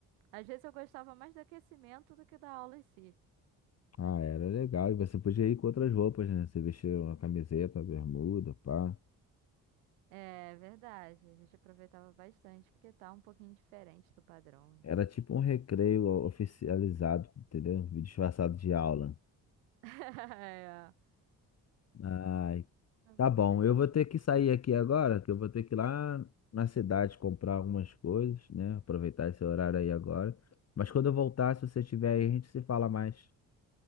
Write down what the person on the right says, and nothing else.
Às vezes eu gostava mais do aquecimento do que da aula em si.
É verdade, a gente aproveitava bastante porque tá um pouquinho diferente do padrão. né?
<laughs>
É,
muito
bom.